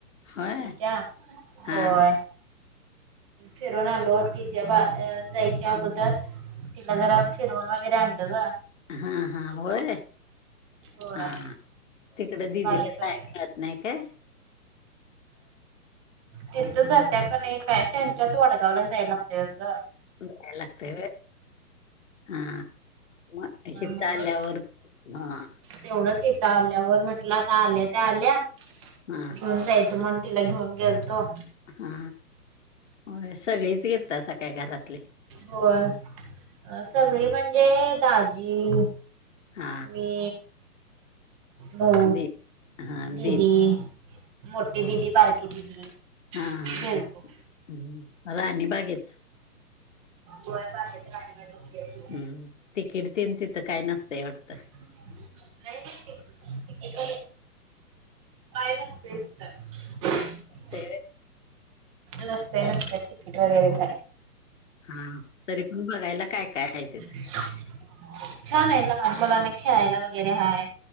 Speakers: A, on the left (about 50°); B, on the right (about 20°).
A: होय
B: लीच्या
A: हा
B: होय. फिरून आलो तिच्या बा जायच्या अगोदर जरा फिरवून वगैरे आणलंग.
A: हा हा वय.
B: होय
A: हा तिकडं दिदीला
B: बागेत
A: जाय
B: वगैरे
A: मिळत नाही काय? <inaudible>
B: तिथ जात्या का नाही काय त्यांच्यात वडगावला जाय लागत.
A: या लागते व. हा मग हित
B: म्हणून
A: आल्यावर हा.
B: तेवढंच येतं आल्यावर म्हटलं आता आल्या त्या आल्या घेऊन
A: हा
B: जायचं म्हण. तिला घेऊन गेलतो.
A: हा हो सगळीच गेलतास काय घरातले.
B: होय सगळी म्हणजे दाजी,
A: हा
B: मी. भाऊ,
A: दि हा
B: दीदी,
A: दि
B: मोठी दिदी, बारकी दिदी
A: हा
B: गेलतो.
A: हा हम्म राणी बागेत.
B: होय बाहेर राणी बागेत गेलतो.
A: हम्म तिकिडतेन तिथं काय नसतंय वाटतं?
B: नाही, नाही तिकिट पाय नसत तर. <inaudible>
A: ते.
B: नसते नसते तिकीट वगैरे काय.
A: हा तरी पण बघायला काय काय आहे ते.
B: <inaudible> छान आहे लहान मला नाही खेळायला वगैरे हाय.